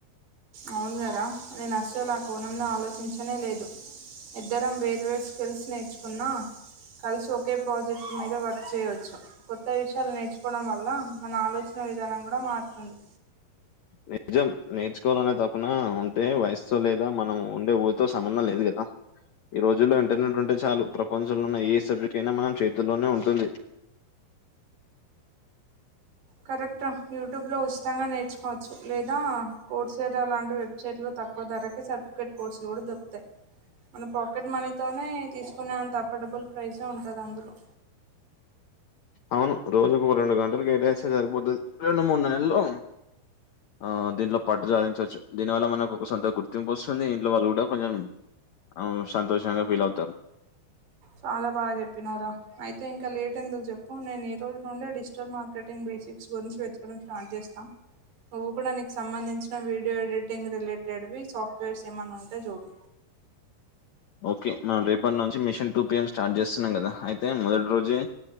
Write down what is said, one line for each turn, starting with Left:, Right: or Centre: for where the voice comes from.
Right: అవును కదా నేను అసలు ఆ కోణంలో ఆలోచించనే లేదు ఇద్దరం వేర్ వేరు స్కిల్స్ నేర్చుకున్నా కలిసి ఒకే ప్రాజెక్ట్ మీద వర్క్ చేయవచ్చు కొత్త విషయాలు నేర్చుకోవడం వల్ల మన ఆలోచన విధానం కూడా మారుతుంది
Left: నిజం నేర్చుకోవాలనే తప్పున ఉంటే వయస్సుతో లేదా మనం ఉండే ఊరితో సంబంధం లేదు కదా ఆ ఈ రోజుల్లో ఇంటర్నెట్ ఉంటే చాలు ప్రపంచంలో ఉన్న ఏ సబ్జెక్ట్ అయినా మనం చేతుల్లోనే ఉంటుంది
Right: కరెక్ట్ర యూట్యూబ్లో ఉచితంగా నేర్చుకోవచ్చు లేదా కోడ్సేరా లాంటి వెబ్సైట్ లో తక్కువ ధరకే సర్టిఫికేట్ కోర్సులు కూడా దొరుకుతాయి మన పాకెట్ మనీ తోనే తీసుకునే అంత అఫోర్డబుల్ ప్రైసే ఉంటది అందులో
Left: అవును రోజుకో రెండు గంటలు కేటయిస్తె సరిపోతది రెండు మూడు నెలల్లో ఆ దీంట్లో పట్టు సాధించచ్చు దీనివల్ల మనకు ఒక సొంత గుర్తింపు వస్తుంది ఇంట్లో వాళ్ళు కూడా కొంచెం అవును సంతోషంగా ఫీల్ అవుతారు
Right: చాలా బా చెప్పినవ్ర అయితే ఇంకా లేట్ ఎందుకు చెప్పు నేను ఈ రోజు నుండే డిజిటల్ మార్కెటింగ్ట్ బె సిక్స్ గురించి వెతకడం స్టార్ట్ చేస్తా నువ్వు కూడా నీకు సంబంధించిన వీడియో ఎడిటింగ్ రిలేటెడ్వి సాఫ్ట్వేర్స్ ఏమైన్నా ఉంటే చూడు
Left: ఓకే మనం రేపటి నుంచి మిషన్ టూ పిఎం స్టార్ట్ జేస్తున్నాం కదా అయితే మొదటి రోజే